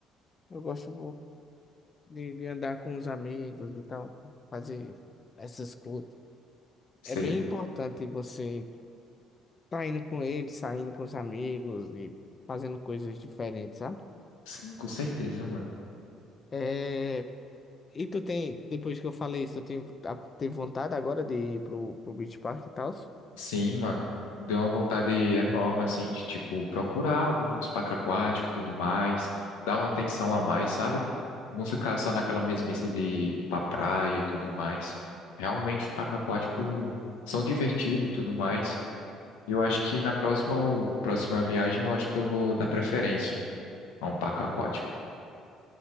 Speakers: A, on the left (about 40°); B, on the left (about 80°).
A: Eu gosto de, de andar com os amigos e tal, fazer essas coisas.
B: Sei.
A: É bem importante você tá indo com eles, saindo com os amigos e fazendo coisas diferentes, sabe?
B: Sim, com certeza, mano.
A: É. E tu tem, depois que eu falei isso, tu tem, a- tem vontade agora de ir pro, pro Beach Park e tal?
B: Sim, mano. Deu uma vontade enorme, assim, de, tipo, procurar alguns parques aquáticos e tudo mais. Dar uma atenção a mais, sabe? Não ficar só naquela mesmice de ir pra praia e tudo mais. Realmente, os parques aquáticos são divertidos e tudo mais. E eu acho que na próxima, próxima viagem, eu acho que eu vou dar preferência a um parque aquático.